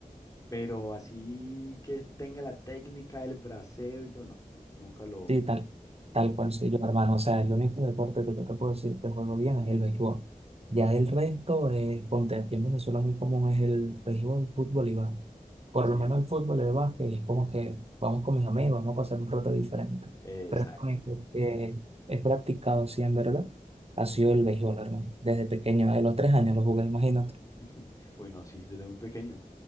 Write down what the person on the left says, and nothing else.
pero así que tenga la técnica del braceo y todo, no, nunca lo...
Sí.
Sí.
eh,
exacto.
<laughs> Uy, no, sí, desde muy pequeño.